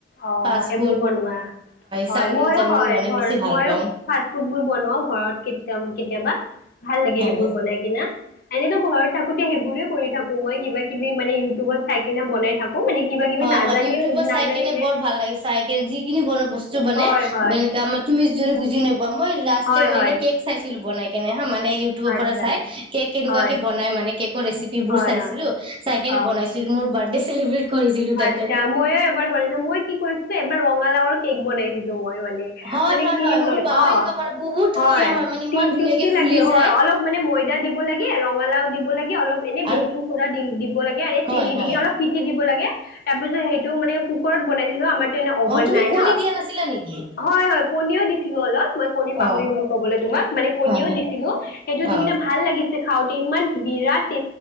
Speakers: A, on the left; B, on the right.
A: অঁ।
B: ফাষ্ট
A: সেইবোৰ
B: ফুড
A: বনোৱা হয়
B: চাওমিন
A: মইয়ো
B: চাওমিন
A: হয়
B: বনাই
A: ঘৰত
B: বেছি ভাল
A: মইয়ো
B: পাওঁ
A: ফাষ্ট ফুডবোৰ বনোৱাও ঘৰত কেতি কেতিয়াবা। ভাল লাগে
B: হয়
A: এইবোৰ বনাই কি না। এনেতো ঘৰত থাকোতে সেইবোৰে কৰি থাকো মই কিবা কিবি মানে ইউটিউবত চাই কিনে বনাই থাকো। অঁ মানে কিবা কিবি
B: হয়
A: নাজানি
B: হয় ইউটিউবত
A: নাজানিলে,
B: চাই কেনে বৰ ভাল লাগে চাই কিনে যিখিনি বৰ বস্তু। ব
A: হয়
B: মান <unintelligible>
A: হয়
B: যিনে। মই লাষ্ট
A: হয়
B: মই
A: হয়।
B: এনে কেক চাইছিলো বনাই। কেনে মানে ইউটিউবৰ
A: আচ্ছা
B: পৰা চাই কেক কেনেকুৱাকে
A: হয়
B: বনাই মানে কেকৰ ৰেচিপিবোৰ
A: হয়
B: চাইছিলো
A: হয়
B: চাই কেনে
A: অ
B: বনাইছিলো মোৰ। চেলিব্ৰেট কৰিছিলো তাতে
A: আচ্ছা মইয়ো এবাৰ বনাইছো মই কি কৰিছে। বাৰ ৰঙালাওৰ কেক বনাইছিলো মই। মানে
B: হয়
A: মানে কি হয়
B: মোৰ বাও
A: অঁ
B: এনেকুৱা মানে বহুত ধুনীয়া
A: হয়
B: মানে ইমান
A: টি
B: ধুনীয়াকে
A: টেষ্টি
B: ফুলি
A: লাগে হয়
B: যায়
A: অলপ মানে মইদা দিব লা। ৰঙালাওঁ দিব লাগে। অলপ এনে বেকিং
B: আৰু
A: চ'ডা দিব লাগে আৰু
B: হয়
A: চেনি
B: হয়
A: দি কিনে অলপ ফিটি দিব লাগে। মই যে সেই টো মানে কুকাৰত বনাইছিলো আমাৰ। তেনে অভান
B: অ তুমি
A: নাই
B: কণী
A: ন
B: দিয়া নাছিলা নেকি
A: হয় হয় পনীয়। অলপ মই কণী পাহৰি
B: অ
A: গলো কবলৈ তোমাক মানে কণীওঁ
B: হয় হয়
A: দিছিলো সেইটো দি
B: অ
A: কিনে ভাল লাগিছিল খাওঁতে ইমান বিৰাট।